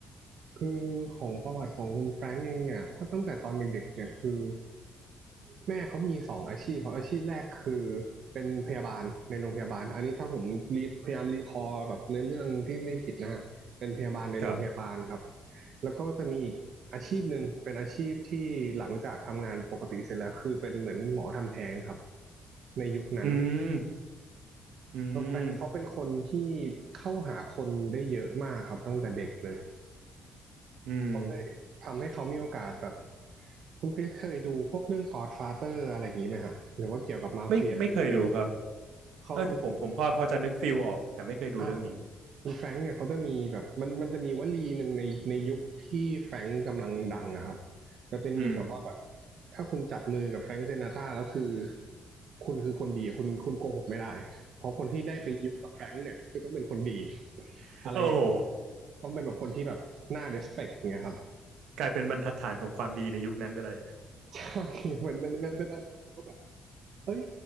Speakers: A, on the right (about 65°); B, on the right (about 80°).
A: คือของประวัติของคุณแฟรงก์เองเนี่ยถ้าตั้งแต่ตอนเด็กๆเนี่ยคือแม่เขามีสองอาชีพเพราะอาชีพแรกคือเป็นพยาบาลในโรงพยาบาลอันนี้ถ้าผมรีพยายามรีคอร์แบบในเรื่องที่ไม่ผิดนะฮะเป็นพยาบาลในโรงพยาบาลครับ
B: ครับ
A: แล้วก็จะมีอีกอาชีพหนึ่งเป็นอาชีพที่หลังจากทำงานปกติเสร็จแล้วคือเป็นเหมือนหมอทำแท้งครับในยุคนั้น
B: อืมอืม
A: แล้วแฟรงก์เขาเป็นคนที่เข้าหาคนได้เยอะมากครับตั้งแต่เด็กเลย
B: อืม
A: เขาเลยทำให้เขามีโอกาสแบบคุณคริสเคยดูพวกเรื่อง Godfather อะไรอย่างนี้ไหมฮะหรือว่าเกี่ยวกับมาเฟียยุคนั้น
B: ไม่ไม่เคยดูครับ
A: เขา
B: เออแต่ผมผมพอพอจะนึกฟิลออกแต่ไม่เคยดูเรื่องนี้
A: อ่าคุณแฟรงค์เนี่ยเขาจะมีแบบมันมันจะมีวลีหนึ่งในในยุคที่แฟรงค์กำลังดังนะครับจะเป็นเกี่ยวกับว่าแบบ
B: อืม
A: ถ้าคุณจับมือกับแฟรงค์เซนาตราแล้วคือคุณคือคนดีคุณคุณโกหกไม่ได้เพราะคนที่ได้ไปอยู่กับแฟรงค์เนี่ยคือต้องเป็นคนดี
B: <laughs>
A: อะไรอย่างเงี้ย
B: โอ้โห
A: ต้องเป็นแบบคนที่แบบน่า respect อย่างเงี้ยครับ
B: กลายเป็นบรรทัดฐานของความดีในยุคนั้นไปเลย
A: <laughs> ใช่ <laughs> เหมือนเป็นเป็นเป็นอะไรก็แบบ เอ้ย